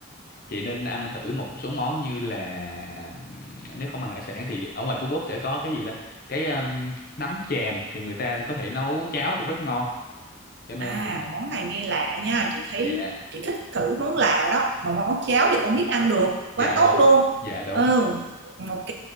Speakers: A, on the left (about 45°); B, on the right (about 55°).
A: chị nên ăn thử một số món như là nếu không ăn hải sản thì ở ngoài Phú Quốc sẽ có cái gì ta cái um, nấm chèm thì người ta có thể nấu cháo cũng rất ngon cho nên
B: À,
A: Ừ.
B: món này nghe lạ nha, chị thấy
A: dạ
B: chị thích thử món lạ đó, mà món cháo thì con nít ăn được, quá
A: dạ đúng
B: tốt luôn.
A: dạ đúng
B: Ừ, ok.